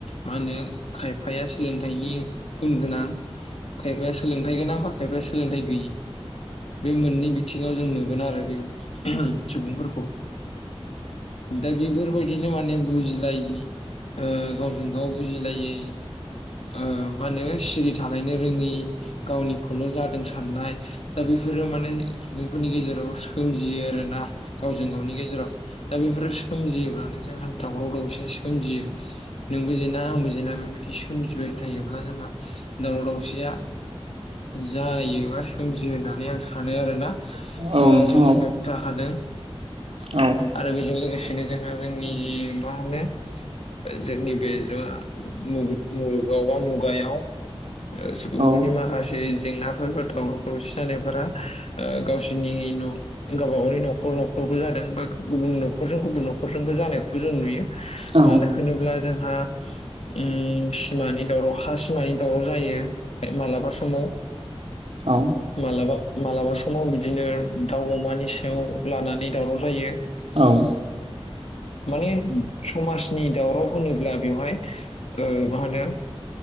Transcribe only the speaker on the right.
औ औ नोंथां औ
नोंथां
औ
औ
औ
औ
औ